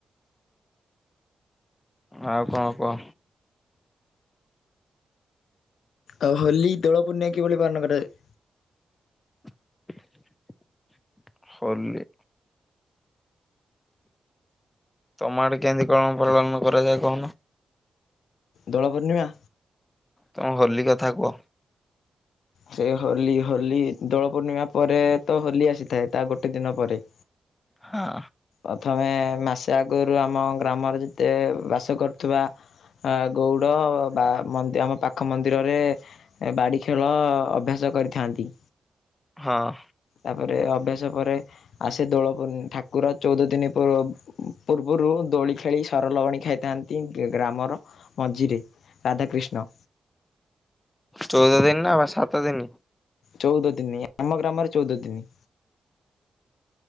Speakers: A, on the left; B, on the left.
A: ଆଉ କଣ କୁହ?
B: ଆଉ ହୋଲି, ଦୋଳ ପୂର୍ଣ୍ଣମି କିଭଳି ପାଳନ କରାଯାଏ?
A: <inaudible> ହୋଲି ତମ ଆଡେ କେମିତି କଣ ପାଳନ କରାଯାଏ କହୁନୁ?
B: ଦୋଳପୂର୍ଣ୍ଣିମା
A: ତମେ ହୋଲି କଥା କୁହ?
B: ସେ ହୋଲି ହୋଲି ଦୋଳ ପୂର୍ଣ୍ଣିମା ପରେ ତ ହୋଲି ଆସିଥାଏ ତା ଗୋଟେ ଦିନ ପରେ।
A: ହଁ।
B: ପ୍ରଥମେ ମାସେ ଆଗରୁ ଆମ ଗ୍ରାମରେ ଯେତେ ବାସ କରୁଥିବା ଗଉଡ଼ ବା ଆମ ପାଖ ମନ୍ଦିରରେ ବାଡ଼ି ଖେଳ ଳ ଅଭ୍ୟାସ କରିଥାନ୍ତି।
A: ହଁ।
B: ତାପରେ ଅଭ୍ୟାସ ପରେ ଆସି ଦୋଳ ପୁ ଠାକୁର ଚଉଦ ଦିନ ପ ପୂର୍ବରୁ ଦୋଳି ଖେଳି ସର ଲହୁଣୀ ଖାଇଥାନ୍ତି ଗ୍ରାମର ମଝିରେ। ରାଧାକିଷ୍ଣ
A: ଚଉଦ ଦିନ ନା ବା ସାତ ଦିନ?
B: ଚଉଦ ଦିନି, ଆମ ଗ୍ରାମରେ ଚଉଦ ଦିନି।